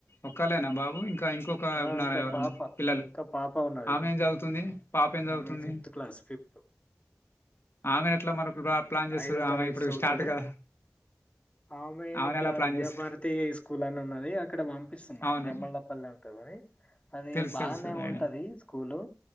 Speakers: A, on the left; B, on the left.
A: ఒకలేేనా బాబు ఇంకా ఇంకొక ఇంకా
B: ఆ,
A: ఉన్నారా ఎవరన్నా
B: పాప
A: పిల్లలు
B: ఇంకా పాప ఉన్నది
A: ఆమె ఏం చదువుతుంది పాప ఏం చదువుతుంది
B: ఆమె ఫిఫ్త్ క్లాస్ ఫిఫ్త్
A: ఆమె ఎట్లా మన ప్లాన్ చేస్తుర్రు
B: ఐదో తరగతి
A: అమా ఇప్పుడు
B: చదువుతది
A: స్టార్ట్ కదా
B: ఆమె
A: ఆమెనెలా
B: ఇక్కడ
A: ప్లాన్
B: విద్యాభారతి
A: చేస్తుర్రు?
B: స్కూల్ అని ఉన్నది అక్కడ పంపిస్తున్నా
A: అవును.
B: జమ్మళ్లపల్లి ఉ తగుని అది
A: తెలుసు.
B: బానే
A: తెలుసు.
B: ఉంటది
A: ఐడియా.
B: స్కూలు